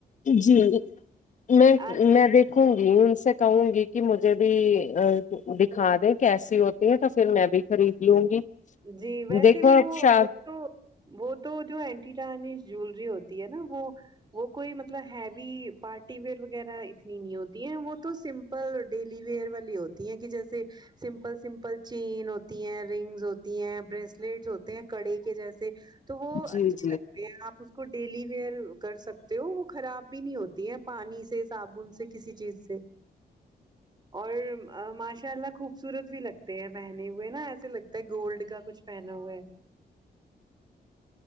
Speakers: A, on the left (about 50°); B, on the right (about 25°).
A: جی میں میں
B: آج
A: دیک دیکھوں گی ان سے کہوں گی کہ مجھے بھی دکھا دیں کیسی ہوتی ہیں تو پھر میں بھی خرید لوں گی
B: جی ویسے
A: دیکھو
B: بھی وہ
A: شا
B: تو وہ تو جو اینٹینیس جوولری ہوتی ہے نا وہ وہ کوئی مطلب ہیوی پارٹی ویئر وغیرہ اتنی نہیں ہوتی ہیں وہ تو سم سل ڈیلی ویئر والی ہوتی ہیں کہ جیسے سمپل سمپل چینین ہوتی ہیں رنگز ہو ہوتی ہیں بریسلیٹس ہوتے ہیں کڑے کے جیسے تو وہ
A: جی
B: اچھا
A: جی
B: لگ آپ اس کو ڈیلی ویئر کر سکتے ہو وہ خراب بھی نہیں ہوتی ہے پانی سے صابن سے کسی چیز سے اور ماشاء اللہ خوبصورت بھی لگتے ہیں پہنے ہوئے نا ایسے لگتا ہے کہ گولڈ کا کچھ پہنا ہوا ہے